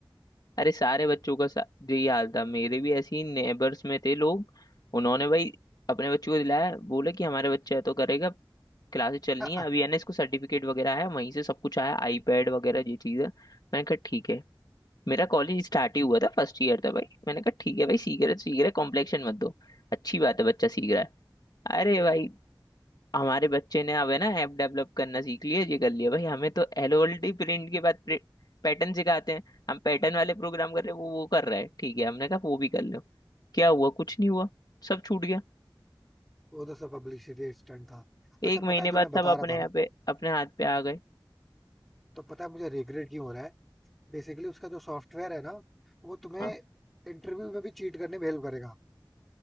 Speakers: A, on the left (about 50°); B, in the centre.
A: अरे सारे बच्चों का सा, यही हाल था मेरे भी ऐसे ही नेबर्स में थे लोग उन्होंने भाई अपने बच्चों को दिलाया बोले कि हमारे बच्चा है तो करेगा क्लासेस चलनी
B: किया
A: है अभी
B: <laughs>
A: एनएस को सर्टिफिकेट वगैरह आया वहीं से सब कुछ आया आईपैड वगैरह ये चीज़ है मैंने कहा ठीक है मेरा कॉलेज स्टार्ट ही हुआ था फर्स्ट ईयर था भाई मैंने कहा ठीक है भाई सीख रहे तो सीख रहे कॉम्प्लेक्शन मत दो अच्छी बात है बच्चा सीख रहा है अरे भाई हमारे बच्चे ने अब है ना ऐप डेवलप करना सीख लिया ये कर लिया भाई हमें तो एलओएलडी प्रिंट के बाद पैटर्न सिखाते हैं हम पैटर्न वाले प्रोग्राम कर रहे हैं वो वो कर रहा है ठीक है हमने कहा वो भी कर लो क्या हुआ कुछ नहीं हुआ सब छूट गया
B: वो तो सब पब्लिसिटी स्टंट था अच्छा
A: एक महीने
B: पता है
A: बाद
B: जो मैं
A: सब
B: बता रहा
A: अपने
B: था
A: यहाँ
B: ना
A: पे अपने हाथ पे आ गए
B: तो पता है मुझे रिग्रेट क्यों हो रहा है बेसिकली उसका जो सॉफ्टवेयर है ना वो तुम्हें
A: हाँ
B: इंटरव्यू में भी चीट करने में हेल्प करेगा